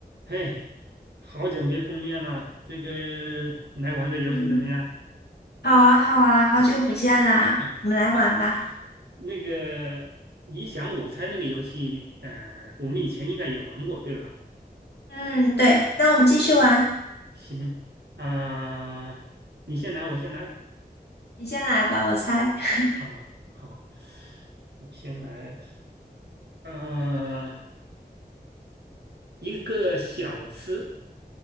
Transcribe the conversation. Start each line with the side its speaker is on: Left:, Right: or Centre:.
Right: 嘿，好久没碰面了，这个来玩个游戏怎么样？
Left: 嗯，好啊，好啊，好久不见啦，
Right: 嗯嗯，
Left: 我们来玩吧。
Right: 那个你想我猜那个游戏，呃，我们以前应该也玩过，对吧？
Left: 嗯，对，那我们继续玩，
Right: 行啊，你先来，我先来
Left: 你先来吧，我猜 <laughs>
Right: 啊，好，我先来，呃，一个小吃